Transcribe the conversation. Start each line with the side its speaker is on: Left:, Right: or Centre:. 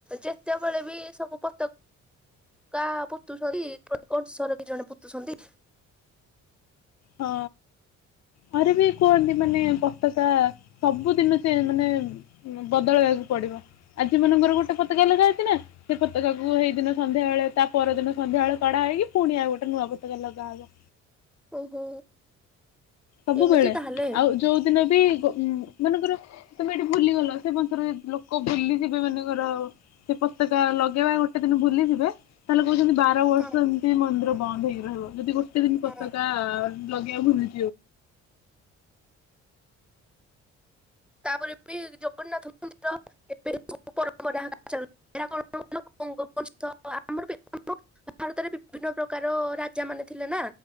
Centre: ଯେତେବେଳେ ବି ସବୁ ପତ କା ପୋତୁଛନ୍ତି <unintelligible> କି ଜଣେ ପୋତୁଛନ୍ତି
Left: ହଁ। ଘରେ ବି କୁହନ୍ତି ମାନେ ପତକା ସବୁଦିନ ସେ ମାନେ ବଦଳେଇଆ କୁ ପଡିବ ଆଜି ମନଙ୍କର ଗୋଟେ ପତକା ଲଗା ହେଇଥିଲା ସେ ପତକାକୁ ସେଇ ଦିନ ସନ୍ଧ୍ୟା ବେଳେ ତା ପରଦିନ ସନ୍ଧ୍ୟା ବେଳେ କଢା ହେଇକି ପୁଣି ଆଉ ଗୋ ନୂଆ ପତକା ଲଗା ହବ।
Centre: ଓହୋ।
Left: ସବୁବେଳେ
Centre: ଏମିତି ତାହେଲେ।
Left: ଆଉ ଯୋଉ ଦିନ ବି ଗୋ ମନକର ତମେ ଯଦି ଭୁଲିଗଲ ସେ ବଂଶର ଯେଦି ଲୋକ ଭୁଲି ଯିବେ ମନେକର ସେ ପତକା ଲଗେଇବା ଗୋଟ ଗୋଟେ ଦିନ ଭୁଲିଯିବେ ତାହେଲେ କହୁଚନ୍ତି ବାର ବର୍ଷ
Centre: ହଁ
Left: ଏମତି ମନ୍ଦିର ବନ୍ଦ ହେଇକି ରହିବ ଯଦି ଗୋଟେ ଦିନ ପତକା
Centre: ହଁ
Left: ଲଗେଇବା ଭୁଲି
Centre: ତାପରେ ବି ଜଗନ୍ନାଥ ମନ୍ଦିର ଏବେ ସବୁ ପରମ୍ପରା <unintelligible> <unintelligible> ଭାରତରେ ବିଭିନ୍ନ ପ୍ରକାର ରାଜା ମାନେ ଥିଲେ ନା